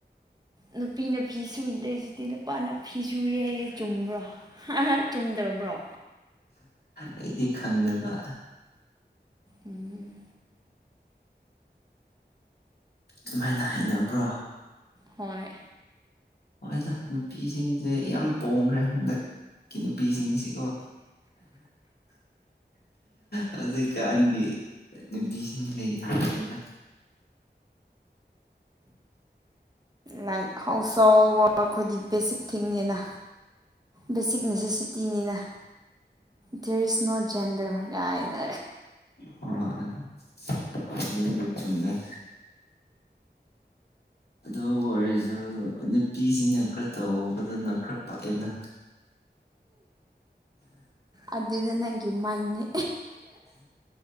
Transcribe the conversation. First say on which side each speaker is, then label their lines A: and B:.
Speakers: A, on the right; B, on the left.
A: ꯅꯨꯄꯤ ꯅꯨꯄꯤꯤ ꯁꯨꯗ꯭ꯔꯦ ꯍꯧꯖꯤꯛꯇꯤ ꯅꯨ ꯅꯨꯄꯥꯅ ꯐꯤ ꯁꯨꯔꯦ ꯍꯥꯏꯌꯦꯦ ꯆꯨꯝꯕ꯭ꯔꯣ ꯆꯨꯝꯗ꯭ꯔꯕ꯭ꯔꯣ
B: ꯑꯩꯗꯤ ꯈꯪꯗꯕ
A: ꯎꯝ
B: ꯁꯨꯃꯥꯏꯅ ꯍꯅꯕ꯭ꯔꯣ
A: ꯍꯣꯏ
B: ꯍꯗ ꯅꯨꯄꯤꯁꯤꯡꯁꯦ ꯌꯥꯝ ꯄꯣꯡꯈ꯭ꯔꯦ ꯍꯟꯗꯛ ꯅꯨꯄꯤꯁꯤꯡꯁꯤꯀꯣ ꯍꯧꯖꯤꯛꯀꯥꯟꯒꯤ ꯅꯨꯄꯤꯁꯤꯡꯁꯦ ꯌꯥꯗ꯭ꯔꯤꯗ
A: ꯂꯥꯏ ꯍꯥꯎꯁ ꯑꯩꯈꯣꯏꯒꯤ ꯕꯦꯁꯤꯛ ꯊꯤꯡꯅꯤꯅ ꯕꯦꯁꯤꯛ ꯅꯦꯁꯦꯁꯤꯇꯤꯅꯤꯅ ꯗꯦꯔ ꯏꯁ ꯅꯣꯠ ꯖꯦꯟꯗꯔꯒꯥꯏꯅ
B: ꯍꯃꯦ ꯑꯗꯨ ꯋꯥꯔꯤꯁꯨ ꯅꯨꯄꯤꯁꯤꯡꯅ ꯈꯔ ꯇꯧꯕꯗꯅ ꯈꯔ ꯄꯥꯛꯑꯦꯅ
A: ꯑꯗꯨꯅ ꯅꯪꯒꯤ ꯃꯥꯏꯅꯤ